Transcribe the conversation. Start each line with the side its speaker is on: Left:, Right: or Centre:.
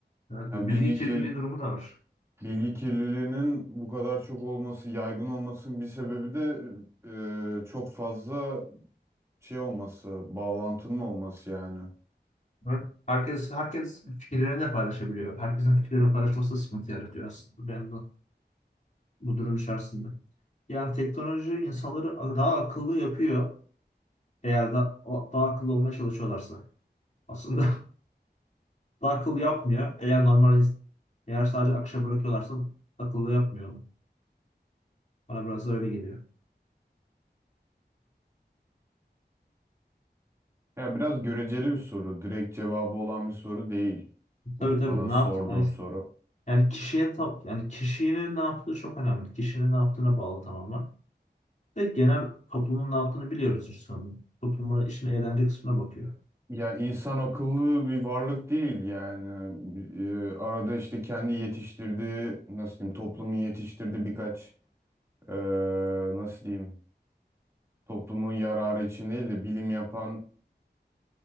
Left: evet
Right: Yani
Left: bir bilgi
Right: bilgi
Left: kirliliği
Right: kir
Left: durumu da var
Right: bilgi kirliliğinin bu kadar çok olması, yaygın olmasının bir sebebi de e, çok fazla şey olması, bağlantının olması yani.
Left: Evet. Herkes herkes fikirlerini de paylaşabiliyor. Herkesin fikirlerini paylaşması da sıkıntı yaratıyor aslında. Ben de bu durum içerisinde. Yani teknoloji insanları daha akıllı yapıyor eğer da, o- daha akıllı olmaya çalışıyorlarsa. Aslında <laughs> daha akıllı yapmıyor. Eğer normal ins- eğer sadece akışa bırakıyorlarsa akıllı yapmıyor. Bana biraz da öyle geliyor.
Right: Ya biraz göreceli bir soru, direkt cevabı olan bir soru değil. Bu
Left: Tabii tabii.
Right: bana
Left: Ne
Right: sorduğun
Left: yaptı? Yani,
Right: soru.
Left: yani kişiye ta- yani kişinin ne yaptığı çok önemli. Kişinin ne yaptığına bağlı tamamen. Ve genel toplumun ne yaptığını biliyoruz işte sonunda. Toplumun işin eğlence kısmına bakıyor.
Right: Ya insan akıllı bir varlık değil yani. E, arada işte kendi yetiştirdiği, nasıl diyeyim, toplumun yetiştirdiği birkaç eee, nasıl diyeyim toplumun yararı için değil de bilim yapan